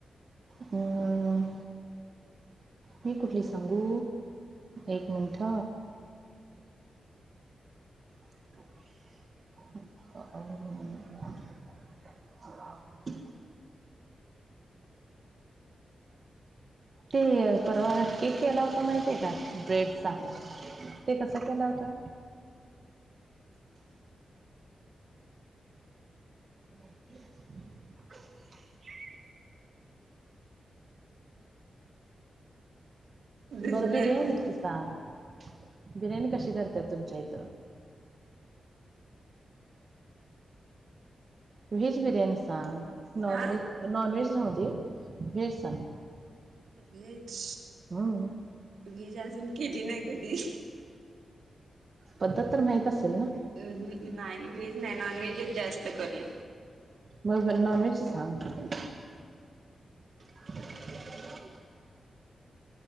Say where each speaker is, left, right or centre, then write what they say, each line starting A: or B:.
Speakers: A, on the right (about 35°); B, on the right (about 75°).
A: हम्म. मी कुठली सांगू एक मिनिट. <unintelligible> <inaudible> ते परवा केक केला होता माहितीय का ब्रेडचा. ते कसं केला होता. <unintelligible>
B: दुसऱ्या
A: बरं बिर्याणीच
B: दुसऱ्या
A: सांग बिर्याणी कशी करतेात तुमच्या इथं. व्हेज बिर्याणी सां नॉनवहेज
B: हा
A: नॉनवहेज राह ती वहेज सांग.
B: व्हेज
A: हम.
B: व्हेज अजून केली नाही कधी
A: पद्धत तर माहत असेल ना.
B: नाही व्हेज नाही नॉन व्हेजच जास्त करून.
A: मज नॉन वहेजच सांग.. <unintelligible>